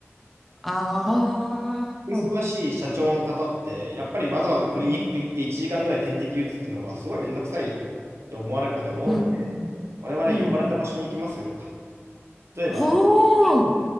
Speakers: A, in the centre; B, on the right.
A: ああ。
B: お忙しい社長の方って、やっぱりわざわざクリニック行って1時間ぐらい点滴打つっていうのがすごいめんどくさいっ
A: うん。
B: て思われる方が多いので、
A: うん。うん。
B: 我々呼ばれた場所に行きますよとか、
A: うん
B: 例えば
A: おお、素